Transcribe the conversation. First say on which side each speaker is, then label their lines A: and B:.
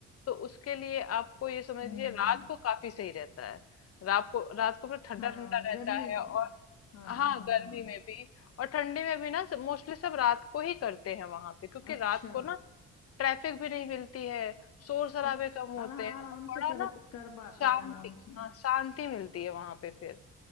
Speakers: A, on the left; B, on the left.
A: तो उसके लिए आपको ये समझ
B: हम्म
A: लीजिए रात को काफी सही रहता है रात को रात को ठंडा
B: हाँ
A: ठंडा रहता
B: गर्मी
A: है
B: में
A: और
B: हाँ
A: हाँ
B: हाँ
A: गर्मी
B: हाँ
A: में भी और ठंडी में भी ना मोस्टली सब रात को ही करते हैं वहां पे क्योंकि
B: अच्छा
A: रात को ना ट्रैफिक भी नहीं मिलती है शोर शराबे
B: अच्छा
A: कम होते
B: और हाँ
A: हैं
B: आराम
A: और बड़ा
B: से कर
A: ना
B: कर पाते
A: शांति
B: हैं आराम से
A: हाँ शांति मिलती है वहां पे फिर